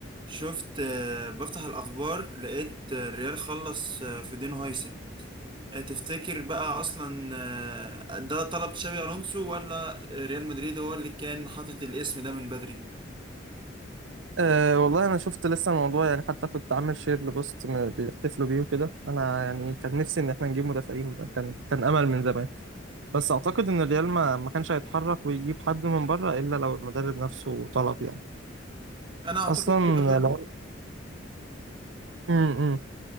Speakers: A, on the right (about 25°); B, on the right (about 70°).
A: شفت آه، بفتح الأخبار لقيت آه، الريال خلص آه، في دين هايسن آه، تفتكر بقى أصلا آه، ده طلب تشابي ألونسو ولا ريال مدريد هو اللي كان حاطط الاسم ده من بدري
B: أه والله انا شفت لسه الموضوع يعني حتى كنت عامل شير لبوست م- بيحتفلوا بيه وكده انا يعني كان نفسي ان احنا نجيب مدافعين ده كان كان امل من زمان بس اعتقد ان الريال ما ما كانش هيتحرك ويجيب حد من بره الا لو المدرب نفسه طلب يعني
A: أنا أعتقد
B: اصلا
A: كده برضو
B: لو امم